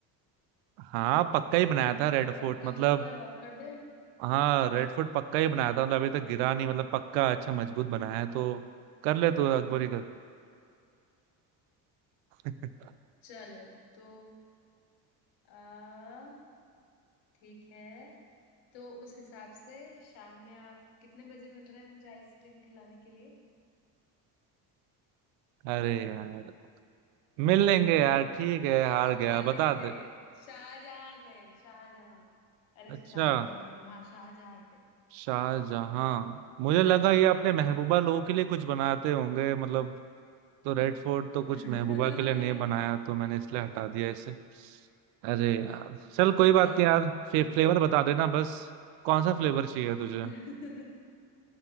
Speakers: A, on the right; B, on the left.
A: हाँ पक्का ही बनाया था रेड फोर्ट
B: पक्का
A: मतलब
B: पक्का लॉक कर दे
A: हाँ रेड फोर्ट पक्का ही बनाया था मतलब अभी तक गिरा नहीं मतलब पक्का अच्छा मजबूत बनाया है तो कर ले तो अकबर ही कर <laughs>
B: चलो तो आ ठीक है तो उस हिसाब से शाम में आप कितने बजे मिल रहे हैं मुझे आइसक्रीम खिलाने के लिए
A: अरे यार मिल लेंगे यार ठीक है हार
B: अकबर
A: गया बता
B: नहीं
A: दे
B: थे शाहजहां थे शाहजहां अरे
A: अच्छा
B: शाहजहां कह रही हूँ हाँ शाहजहां थे
A: शाहजहां
B: हम्म
A: मुझे लगा ये अपने महबूबा लोगों के लिए कुछ बनाते होंगे मतलब तो रेड फोर्ट तो कुछ
B: <laughs>
A: महबूबा के लिए नहीं बनाया तो मैंने इसलिए हटा दिया इसे अरे यार चल कोई बात
B: चलो
A: नहीं यार फ्लेवर बता देना बस कौन सा फ्लेवर चाहिए तुझे
B: <laughs>